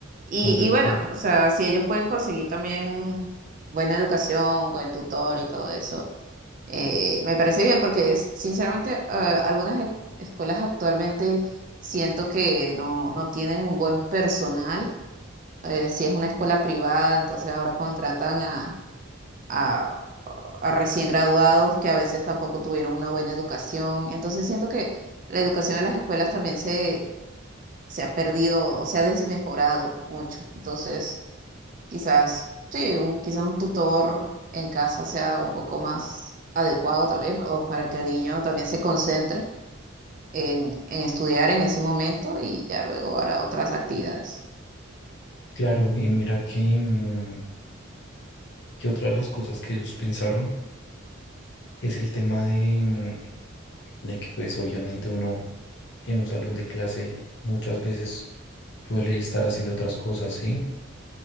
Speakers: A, on the right; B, on the left.
A: Y,
B: Entonces,
A: y bueno,
B: pues
A: o sea, si ellos pueden conseguir también buena educación, buen tutor y todo eso, eh, me parece bien porque es- sinceramente eh, algunas e- escuelas actualmente siento que no, no tienen un buen personal. eh, si es una escuela privada, entonces ahora contratan a, a, a recién graduados que a veces tampoco tuvieron una buena educación. Entonces siento que la educación en las escuelas también se, se ha perdido o se ha desmejorado mucho. Entonces... Quizás, sí, un, quizás un tutor en casa sea un poco más adecuado también, o para que el niño también se concentre en, en estudiar en ese momento y ya luego hará otras actividades.
B: claro, y mira que, mm, que otra de las cosas que ellos pensaron es el tema de, mm, de que pues obviamente uno en un salón de clase muchas veces suele estar haciendo otras cosas, ¿sí?